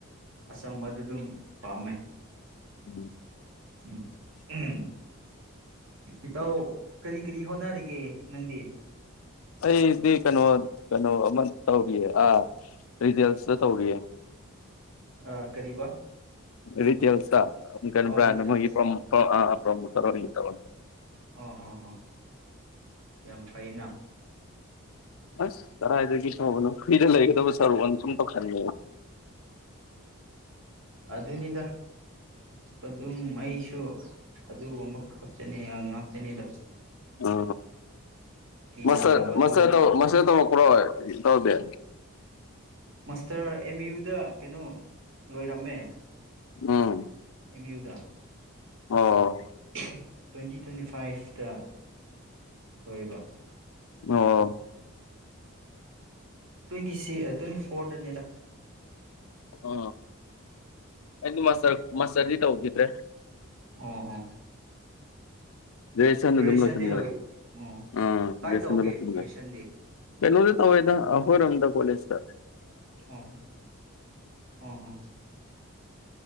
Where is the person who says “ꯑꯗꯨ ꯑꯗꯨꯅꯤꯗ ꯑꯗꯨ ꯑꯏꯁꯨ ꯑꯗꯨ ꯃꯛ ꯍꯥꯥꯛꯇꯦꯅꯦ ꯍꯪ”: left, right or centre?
Right